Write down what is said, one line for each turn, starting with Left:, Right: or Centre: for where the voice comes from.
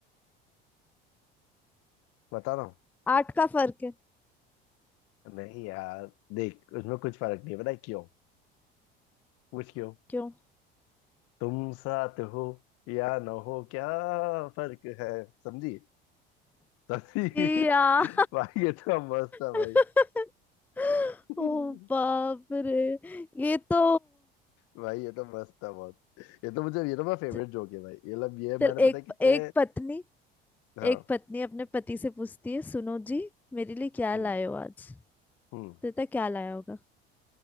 Left: बता रहा हूँ
Centre: आठ का फर्क है
Left: नहीं यार देख उसमें कुछ फर्क नहीं है, पता है क्यों पूछ क्यों
Centre: क्यों
Left: तुम साथ हो या न हो क्या फर्क है समझी समझी
Centre: छी यार
Left: <laughs> भाई ये तो मस्त था
Centre: <laughs>
Left: भाई <laughs>
Centre: ओ बाप रे ये तो
Left: भाई ये तो मस्त था बहुत ये तो मुझे ये तो मेरा फेवरेट
Centre: च-
Left: जोक है भाई ये लब ये मैंने
Centre: चल एक
Left: पता है कितने
Centre: एक पत्नी
Left: हाँ
Centre: एक पत्नी अपने पति से पूछती है सुनो जी मेरे लिए क्या
Left: हम्म
Centre: लाए हो आज
Left: हम्म
Centre: देता क्या लाया होगा